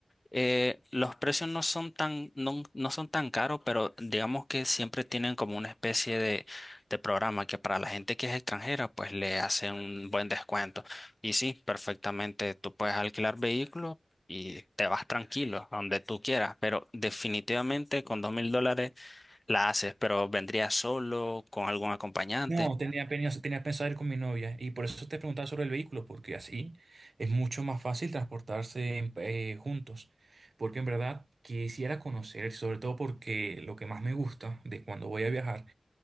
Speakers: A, on the left (about 25°); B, on the right (about 65°).
A: eh, los precios no son tan, no, no son tan caros, pero digamos que siempre tienen como una especie de, de programa que para la gente que es extranjera, pues le hace un buen descuento. Y sí, perfectamente, tú puedes alquilar vehículos y te vas tranquilo a donde tú quieras, pero definitivamente con dos mil dólares la haces, pero vendría solo, con algún acompañante.
B: No, tenía, peni- tenía pensado ir con mi novia y por eso te preguntaba sobre el vehículo, porque así es mucho más fácil transportarse en- eh, juntos. Porque en verdad quisiera conocer, sobre todo porque lo que más me gusta de cuando voy a viajar